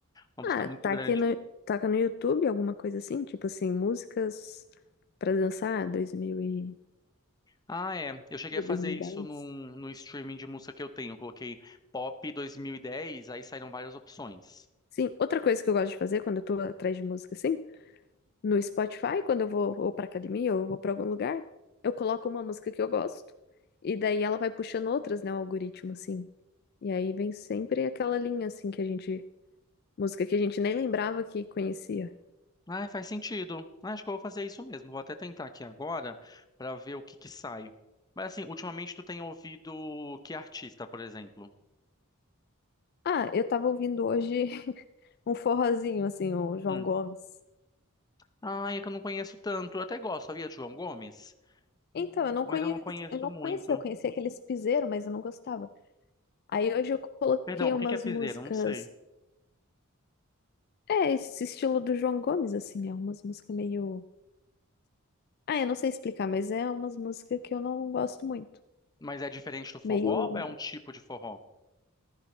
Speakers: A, on the left (about 20°); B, on the left (about 45°).
A: Uma
B: Ah,
A: busca muito
B: tá
A: grande.
B: aqui no, toca no YouTube, alguma coisa assim, tipo assim, músicas pra dançar, dois mil e...
A: Ah, é. Eu cheguei a fazer
B: dois mil
A: isso
B: e dez
A: num, no streaming de música que eu tenho. Eu coloquei Pop 2010, aí saíram várias opções.
B: Sim, outra coisa que eu gosto de fazer quando eu tô atrás de música, assim, No Spotify, quando eu vou ou pra academia ou eu vou pra algum lugar, eu coloco uma música que eu gosto. E daí ela vai puxando outras, né? O algoritmo, assim. E aí vem sempre aquela linha, assim, que a gente. Música que a gente nem lembrava que conhecia.
A: Ah, faz sentido. Ah, acho que eu vou fazer isso mesmo. Vou até tentar aqui agora pra ver o que que sai. Mas assim, ultimamente tu tem ouvido que artista, por exemplo?
B: Ah, eu tava ouvindo hoje <laughs> um forrozinho, assim, o João
A: Hum.
B: Gomes.
A: Ah, é que eu não conheço tanto. Eu até gosto, sabia, de João Gomes?
B: Então, eu não
A: Mas
B: conhecia,
A: eu não conheço
B: eu não
A: muito.
B: conhecia, eu conhecia aqueles piseiro, mas eu não gostava. Aí hoje eu coloquei
A: Perdão, o
B: umas
A: que que é piseiro?
B: músicas.
A: Eu Não sei.
B: É, esse estilo do João Gomes, assim, é umas músicas meio Ah, eu não sei explicar, mas é umas músicas que eu não gosto muito.
A: Mas é diferente do forró
B: Meio.
A: ou é um tipo de forró?